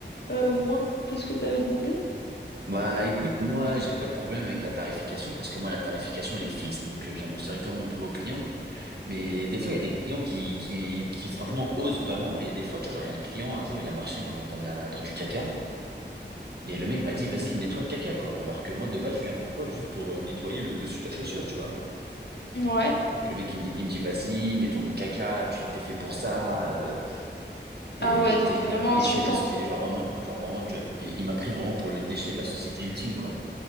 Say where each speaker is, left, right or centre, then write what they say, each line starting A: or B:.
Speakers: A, on the left; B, on the right.
A: euh, moins que ce que t'avais demandé?
B: Bah, écoute, moi, j'ai pas de problème avec la tarification parce que moi, la tarification, elle est fixe, donc euh, j'annonce directement mon prix au client. Mais des fois, il y a des clients qui, qui, qui franchement osent vraiment. Et des fois, tu vois, genre, il y a un client, un jour, il a marché dans, dans de la, dans du caca. Et le mec m'a dit, vas-y, nettoie le caca, quoi. Alors que moi, de base, je viens pourquoi? Juste pour euh, nettoyer le dessus de la chaussure, tu vois.
A: Ouais.
B: Et le mec, il me, dit, il me dit, vas-y, nettoie mon caca, tu t'es fait pour ça, euh, t'es,
A: Ah ouais, donc
B: t'es,
A: vraiment
B: t'es un déchet
A: insultant.
B: de la société. Genre vraiment, genre vraiment, je- il il m'a pris vraiment pour le déchet de la société ultime, quoi.